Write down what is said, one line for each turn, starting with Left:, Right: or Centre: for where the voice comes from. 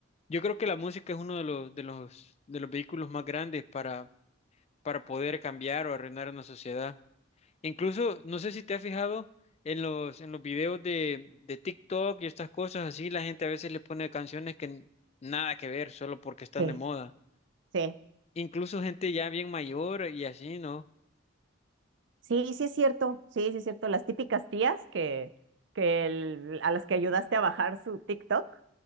Left: Yo creo que la música es uno de los, de los, de los vehículos más grandes para, para poder cambiar o arruinar una sociedad. Incluso, no sé si te has fijado en los, en los videos de, de TikTok y estas cosas así, la gente a veces le pone canciones que n- nada que ver, solo porque están
Right: Sí,
Left: de moda.
Right: sí.
Left: Incluso gente ya bien mayor y así, ¿no?
Right: Sí, sí es cierto, sí, sí es cierto. Las típicas tías que, que el- a las que ayudaste a bajar su TikTok